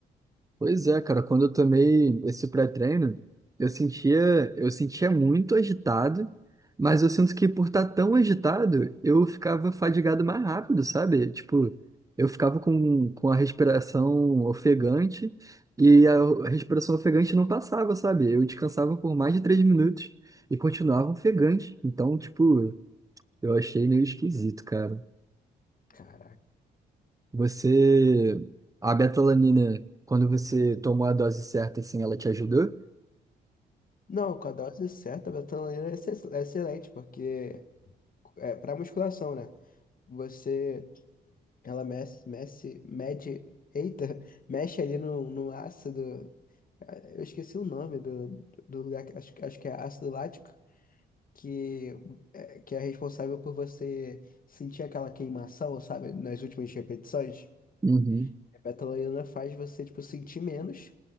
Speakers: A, on the right; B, on the left.
A: Pois é, cara, quando eu tomei esse pré-treino, eu sentia, eu sentia muito agitado, mas eu sinto que por estar tão agitado, eu ficava fadigado mais rápido, sabe? Tipo, eu ficava com, com a respiração ofegante e a respiração ofegante não passava, sabe? Eu descansava por mais de três minutos e continuava ofegante. Então, tipo, eu achei meio esquisito, cara.
B: Caraca.
A: Você, a betalanina, quando você tomou a dose certa, assim, ela te ajudou?
B: Não, com a dose certa, a betalanina é exce- é excelente, porque é para musculação, né? Você, ela mexe, mexe, mede, eita, <laughs> mexe ali no, no ácido, ah, eu esqueci o nome do, do lugar, que- acho, que- acho que é ácido lático, que é, que é responsável por você sentir aquela queimação, sabe, nas últimas repetições.
A: Uhum,
B: A Betalaina faz você, tipo, sentir menos,